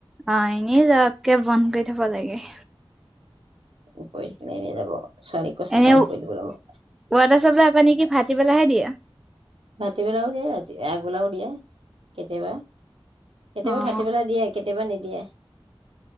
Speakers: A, in the centre; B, on the right.
A: অ এনেক বন্ধ কৰি থব লাগে
B: উমকনে এনেই যাব ছোৱালীক কৈছো
A: এনে
B: বন্ধ
A: ৱাটাৰচাপ্লাই
B: কৰি দিবলৈ মোক
A: পানি কি ভাত পেলাহে দিয়া
B: ৰাতিবেলাও দিয়ে ৰাতি আগবেলাও দিয়ে কেতিয়াবা কেতিয়াবা
A: অ
B: ফাটিবেলা দিয়ে কেতিয়াবা নিদিয়ে